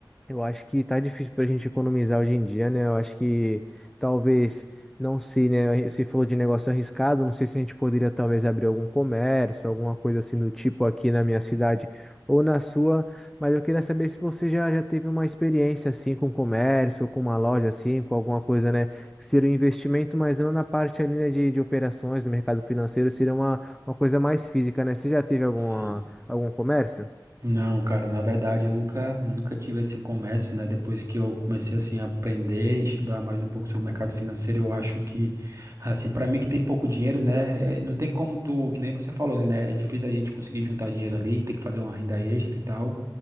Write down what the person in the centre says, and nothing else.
Eu acho que tá difícil pra gente economizar hoje em dia, né? Eu acho que talvez, não sei, né? Você falou de negócio arriscado, não sei se a gente poderia talvez abrir algum comércio, alguma coisa assim do tipo aqui na minha cidade ou na sua, mas eu queria saber se você já, já teve uma experiência assim com comércio, ou com uma loja assim, com alguma coisa, né? Que seria um investimento, mas não na parte ali, né, de, de operações, do mercado financeiro, seria uma, uma coisa mais física, né? Você já teve alguma,
algum comércio?